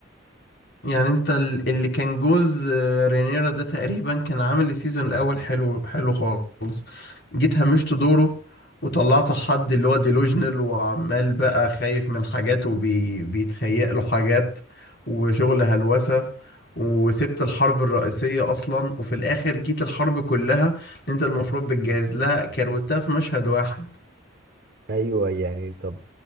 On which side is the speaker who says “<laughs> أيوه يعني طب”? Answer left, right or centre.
Right